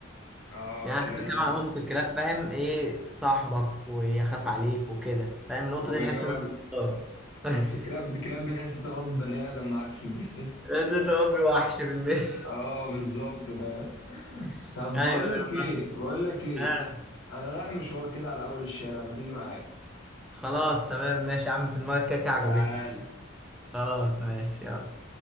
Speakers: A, on the left; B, in the centre.
A: اه
B: يعني
A: كلاب
B: أنا بحب كمان
A: بت-
B: نقطة الكلاب فاهم ايه صاحبك ويخاف عليك وكده فاهم النقطة
A: هو
B: دي
A: بيكلم-
B: تحس انها آه. <laughs>
A: بس الكلاب الكلاب بتحس انت مربي بني ادم معاك في البيت
B: بس انت ربي وحش بالبيت
A: <laughs> اه بالظبط فاهم
B: <laughs>
A: طب
B: ايوه
A: بقول لك
B: ايوه
A: ايه
B: فاهم
A: بقول لك ايه
B: آه.
A: انا رايح مشوار كده على اول الشارع ما تيجي معايا
B: خلاص تمام ماشي يا عم في دماغك كده كده عجبتني
A: تعال
B: خلاص ماشي يلا